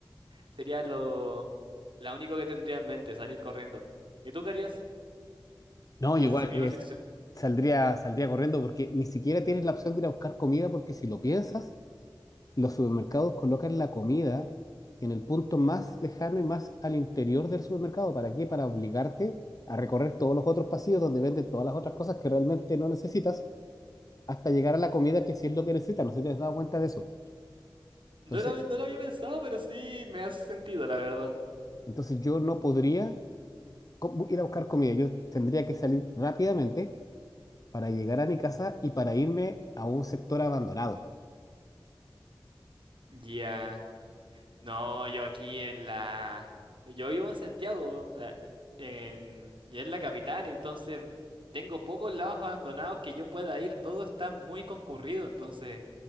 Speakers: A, on the right; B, on the left.
A: Sería lo, la único que tendría en mente, salir corriendo. ¿Y tú qué harías
B: No,
A: en
B: igual
A: esa sí misma
B: es,
A: situación?
B: saldría, saldría corriendo porque ni siquiera tienes la opción de ir a buscar comida porque si lo piensas, los supermercados colocan la comida en el punto más lejano y más al interior del supermercado. ¿Para qué? Para obligarte a recorrer todos los otros pasillos donde venden todas las otras cosas que realmente no necesitas hasta llegar a la comida que sí es lo que necesitas. No sé si te has dado cuenta de eso.
A: No
B: Entonces,
A: lo, no lo había pensado, pero sí me hace sentido, la verdad.
B: entonces yo no podría co- ir a buscar comida. Yo tendría que salir rápidamente para llegar a mi casa y para irme a un sector abandonado.
A: Ya. No, yo aquí en la... Yo vivo en Santiago, eh, en... y es la capital, entonces tengo pocos lados abandonados que yo pueda ir, todo está muy concurrido, entonces